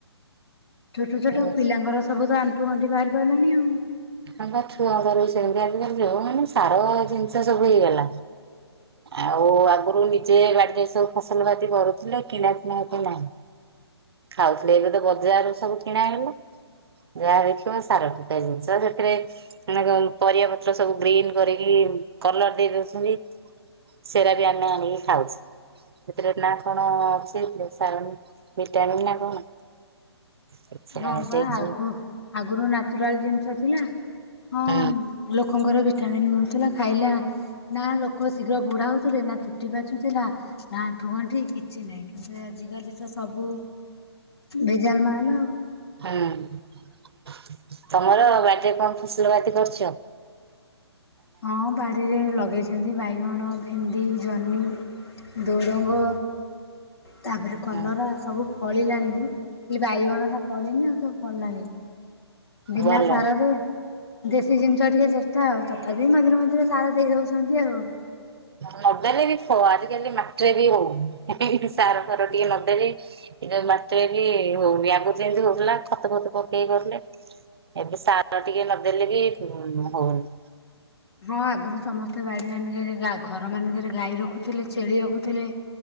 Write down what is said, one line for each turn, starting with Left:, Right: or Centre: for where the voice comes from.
Left: ଛୋଟ ଛୋଟ
Right: ହଉଛି।
Left: ପିଲାଙ୍କର ସବୁ ତ ଆଣ୍ଠୁ ଗଣ୍ଠି ବାହାରି ପାଡିଲାଣି ଆଉ।
Right: ହ ବା ଛୁଆଙ୍କର ବି ସେମିତି, ଆଜିକାଲି ଯଉ ମାନେ ସାର ଜିନିଷ ସବୁ ହେଇଗଲା। ଆଉ ଆଗରୁ ନିଜେ ବାଡିରେ ସବୁ ଫସଲ ବାତି କରୁଥିଲେ କିଣା ଫିଣା ଏତେ ନାହିଁ। ଖାଉଥିଲେ ଏବେ ତ ବଜାର ସବୁ କିଣା ହେଇଗଲା। ଯାହା ଦେଖିବ ସାର ଫିକା ଜିନିଷ ସେ ରେ ମାନେ କଣ ପରିବା ପତ୍ର ସବୁ ଗ୍ରୀନ୍ କରିକି କଲର ଦେଇ ଦଉଛନ୍ତି। ସେରା ବିି ଆମେ ଆନିକି ଖାଉଛେ। ସେଥିରେ ନା କଣ ଅଛି, ସେଥିରେ ଭଟାମିନ୍ ନା କଣ? କିଛି
Left: ହଁ
Right: ନାହିଁ
Left: ବା
Right: ସେଇ
Left: ଆଗ
Right: ଯୁ
Left: ଆଗରୁ ନାଚୁରାଲ ଜିନିଷ ଥିଲା। ହଁ
Right: ହୁଁ
Left: ଲୋକଙ୍କର ବି ଭିଟାମନ୍ ମିଳୁଥିଲା, ଖାଇଲା ନା ଲୋକ ଶୀଘ୍ର ବୁଢା ହଉଥିଲେ ନା ଚୁଟି ପାଚୁଥିଲା। ନା ଆଣ୍ଠୁଗଣ୍ଠି କିଛି ନାହିଁ, କିନ୍ତୁ ଆଜିକାଲି ତ ସବୁ ଭେଜାଲ ମାଲ ଆଉ।
Right: ହଁ। ତମର ବାଡିରେ କଣ ଫସଲ ବାତି କରୁଛ?
Left: ହଁ ବାଡିରେ ଲଗେଇଛି ଯେମିତି ବାଇଗଣ, ଭେଣ୍ଡି, ଜହ୍ନି, ଝୁଡଙ୍ଗ। ତାପରେ କଲରା,
Right: ହଁ
Left: ସବୁ ଫଳିଲାଣି ବି ଖାଲି ବାଇଗଣ ଟା ଫଳିନି ଆଉ ସବୁ ଫଳିଲାଣି। ବିନା
Right: ଭଲ
Left: ସାରରେ ଦେଶୀ ଜିନିଷ ଟିକେ ଚେଷ୍ଟ ଆଉ ତଥାପି ମଝିରେ ମଝିରେ ସାରା ଦେଇଦଉଛନ୍ତି ଆଉ।
Right: ନଦେଲେ ବି ଖ ଆଜିକାଲି ମାଟିରେ ବି ହଉନି, ସାର ଫାର ଟିକେ ନଦେଲେ ଇ ମାଟିରେ ବି ହଉନି, ଆଗରୁ ଯେମିତି ହଉଥିଲା ଖତ ଫତ ପକେଇ କରୁଥିଲେ। ଏବେ ସାର ଟିକେ ନଦେଲେ ବି ହଉନି।
Left: ହଁ ଆଗରୁ ସମସ୍ତେ ବାଡ଼ି ମାନଙ୍କରେ ଘର ମାନଙ୍କରେ ଗାଇ ରଖୁଥିଲେ ଛେଳି ରଖୁଥିଲେ।